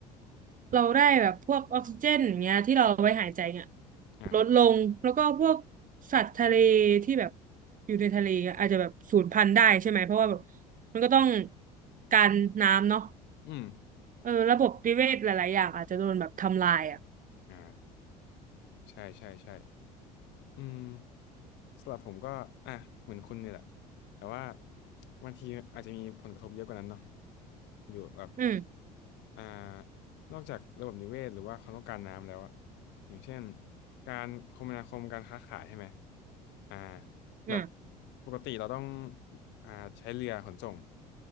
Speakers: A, on the right; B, on the left.
A: เราได้แบบพวกออกซิเจนอย่างเงี้ยที่เราเอาไว้หายใจเนี่ย
B: อ่าครับ
A: ลดลงแล้วก็พวกสัตว์ทะเลที่แบบอยู่ในทะเลอะอาจจะแบบสูญพันธุ์ได้ใช่ไหมเพราะว่าแบบมันก็ต้องการน้ำเนาะ
B: อืม
A: เออระบบนิเวศหลายๆอย่างอาจจะโดนแบบทำลายอ่ะ
B: อ่าใช่ใช่ใช่ อืมสำหรับผมก็อ่ะเหมือนคุณเนี่ยแหละแต่ว่าบางทีอาจจะมีผลกระทบเยอะกว่านั้นเนาะหรือแบบ
A: อืม
B: อ่านอกจากระบบนิเวศหรือว่าความต้องการน้ำแล้วอะอย่างเช่นการคมนาคมการค้าขายใช่ไหมอ่าแบบ
A: อืม
B: ปกติเราต้องอ่าใช้เรือขนส่ง